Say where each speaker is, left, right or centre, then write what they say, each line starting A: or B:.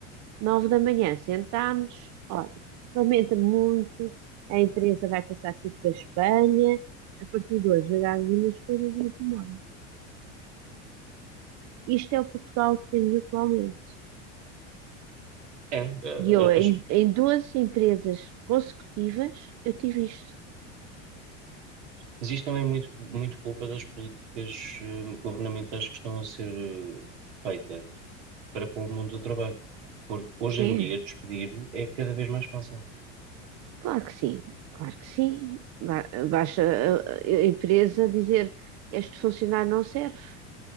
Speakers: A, on the right; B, on the right.
A: nove da manhã, sentámos, olha, lamenta muito, a imprensa vai passar tudo para a Espanha, a partir de hoje agarrem nas coisas e vamos embora. Isto é o Portugal que temos atualmente.
B: É, eh,
A: E eu, em,
B: as,
A: em duas empresas consecutivas, eu tive isto.
B: Mas isto também é muito, muito culpa das políticas eh, governamentais que estão a ser eh, feitas para com o mundo do trabalho. Porque hoje
A: É,
B: em dia despedir é cada vez mais fácil.
A: claro que sim, claro que sim. Ba- Basta a a- a empresa dizer este funcionário não serve,